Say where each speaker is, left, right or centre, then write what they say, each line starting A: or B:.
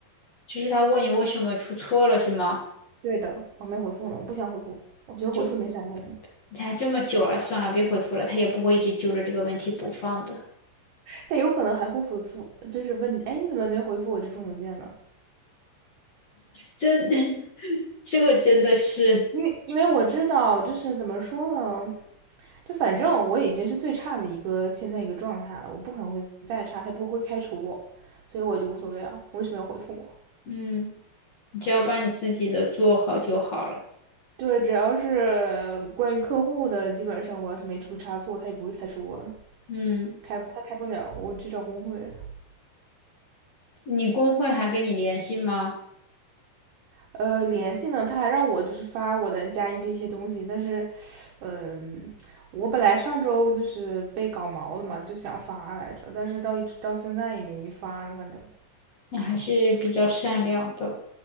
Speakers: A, on the left (about 50°); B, on the right (about 70°).
A: 就是他问你为什么出错了是吗？
B: 对的，我还没回复呢，我不想回复，我觉得回复没啥用。
A: 那就。你看这么久了，算了，别回复了，他也不会一直揪着这个问题不放的。
B: 他有可能还会回复，就是问你，哎，你怎么没回复我这封邮件呢？
A: 这 <laughs> 这个真的是，
B: 因为因为我知道，就是怎么说呢，就反正我已经是最差的一个现在一个状态了，我不可能会再差，他也不会开除我，所以我就无所谓啊，我为什么要回复
A: 嗯，你只要把你自己的做好就好了。
B: 对，只要是关于客户的，基本上我要是没出差错，他也不会开除我的，
A: 嗯，
B: 开他开不了，我去找工会。
A: 你工会还跟你联系吗？
B: 呃，联系呢，他还让我就是发我的 N 加一的一些东西，但是，嗯、我本来上周就是被搞毛的嘛，就想发来着，但是到一直到现在也没发呢，反正
A: 你还是比较善良的，